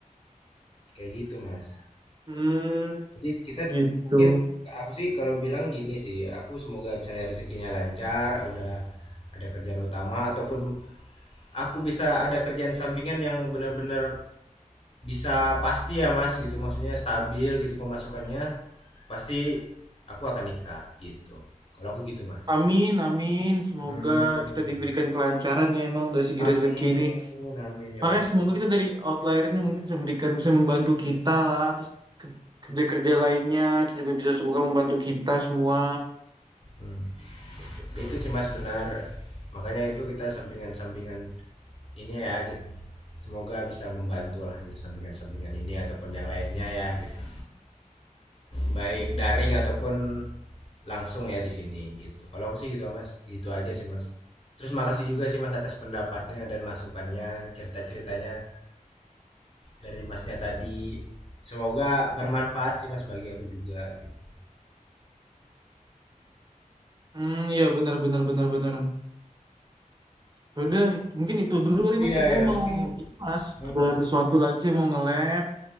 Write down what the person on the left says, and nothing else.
Kayak gitu, Mas.
Jadi kita
mungkin aku sih kalau bilang gini sih, aku semoga misalnya rezekinya lancar, udah ada kerjaan utama ataupun aku bisa ada kerjaan sampingan yang benar-benar bisa pasti ya, Mas, gitu. Maksudnya stabil gitu pemasukannya, pasti aku akan nikah gitu. Kalau aku gitu, Mas.
Hmm.
Amin,
amin ya
Allah.
Hmm.
Itu sih Mas benar. Makanya itu kita sampingan-sampingan ini ya, kit- semoga bisa membantu lah gitu sampingan-sampingan ini ataupun yang lainnya ya gitu. Baik daring ataupun langsung ya di sini gitu. Kalau aku sih gitu Mas, gitu aja sih Mas. Terus makasih juga sih Mas atas pendapatnya dan masukannya, cerita-ceritanya dari Masnya tadi. Semoga bermanfaat sih Mas bagi aku juga gitu.
Iya
ya mungkin
hmm,